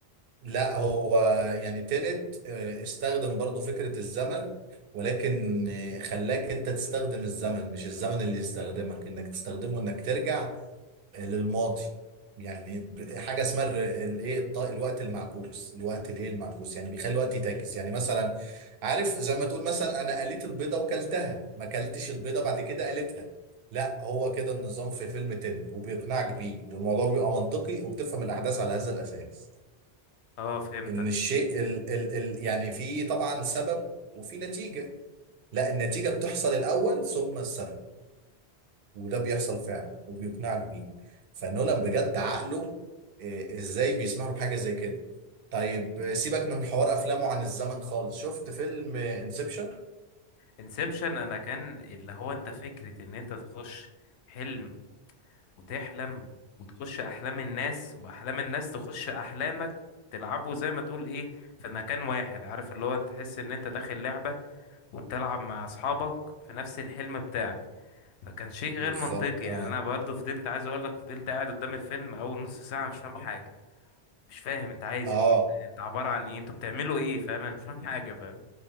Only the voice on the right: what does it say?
لا هو يعني تنت آه، استخدم برضو فكرة الزمن ولكن آه، خلاك انت تستخدم الزمن مش الزمن اللي يستخدمك انك تستخدمه انك ترجع للماضي يعني ب- حاجه اسمها الايه الوقت المعكوس الوقت الايه المعكوس يعني بيخلي الوقت يتاكس يعني مثلا عارف زي ما تقول مثلا انا قليت البيضه وكلتها ما كلتش البيضه بعد كده قليتها لا هو كده النظام في فيلم تينت وبيقنعك بيه والموضوع بيبقى منطقي وبتفهم الاحداث على هذا الاساس
ان الشيء ال ال ال يعني في طبعا سبب وفي نتيجه لا النتيجه بتحصل الاول ثم السبب وده بيحصل فعلا وبيقنعك بيه فنولان بجد عقله آه، ازاي بيسمح له حاجه زي كده طيب آه، سيبك من حوار افلامه عن الزمن خالص شفت فيلم انسبشن
بالظبط
اه
اه